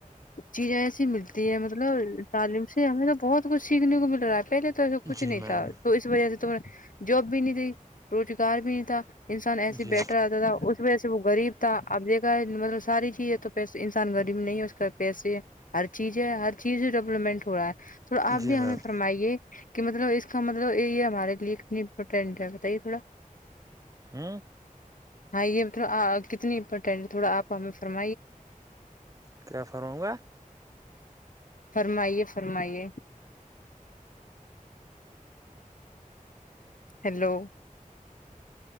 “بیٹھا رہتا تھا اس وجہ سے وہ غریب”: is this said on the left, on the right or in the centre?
Left